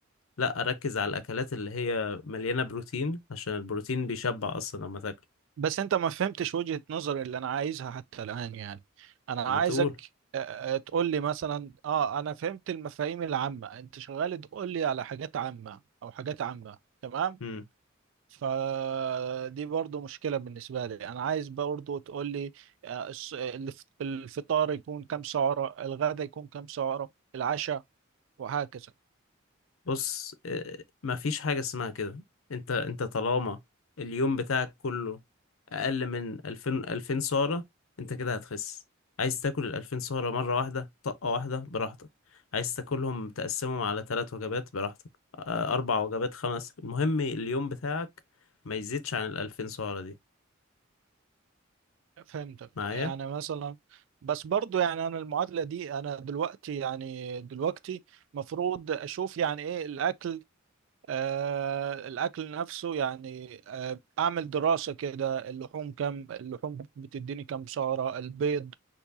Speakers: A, on the left; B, on the right.
A: لا اركز على الاكلات اللي هي مليانه بروتين عشان البروتين بيشبع اصلا لما تاكل
B: بس انت ما فهمتش وجهه نظري اللي انا عايزها حتى الان يعني انا عايزك
A: ما تقول
B: آه، آه، تقول لي مثلا اه انا فهمت المفاهيم العامه انت شغال تقول لي على حاجات عامه او حاجات عامه تمام
A: امم
B: فدي برضو مشكلة بالنسبة لي أنا عايز برضو تقول لي آه، الس- الف- الفطار يكون كم سعرة الغدا يكون كم سعرة العشاء وهكذا
A: بص آه، ما فيش حاجه اسمها كده انت انت طالما اليوم بتاعك كله اقل من 2000 2000 سعره انت كده هتخس عايز تاكل ال 2000 سعره مره واحده طقه واحده براحتك عايز تاكلهم تقسمهم على ثلاث وجبات براحتك آه، اربع وجبات خمس المهم اليوم بتاعك ما يزيدش عن ال 2000 سعره دي
B: فهمتك
A: معايا
B: يعني مثلا بس برضو يعني أنا المعادلة دي أنا دلوقتي يعني دلوقتي مفروض أشوف يعني إيه الأكل آه الأكل نفسه يعني آه أعمل دراسة كده اللحوم كم اللحوم بتديني كم سعرة البيض